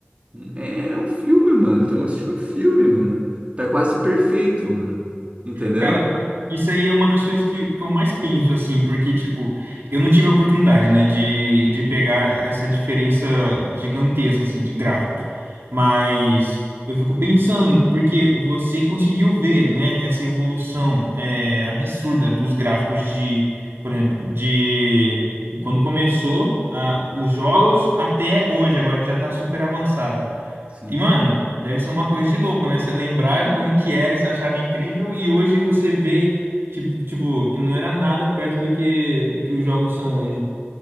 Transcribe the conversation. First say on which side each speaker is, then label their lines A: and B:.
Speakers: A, on the right; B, on the right.
A: É um filme, mano. Estamos assistindo um filme, mano. Tá quase perfeito, mano. Entendeu?
B: Cara, isso aí é uma das coisas que, que eu mais penso, assim, porque, tipo, eu não tive a oportunidade, né, de, de pegar essa diferença gigantesca, assim, de gráficos. Mas eu fico pensando, porque você conseguiu ver, né, essa evolução é, absurda dos gráficos de, por exemplo, de quando começou ah, os jogos até hoje, agora que já tá super avançado.
A: Sim,
B: E, mano, deve ser uma coisa de louco, né? Você lembrar como que era e você achava incrível, e hoje você vê, tipo, tipo, que não era nada perto do que, do que os jogos são hoje.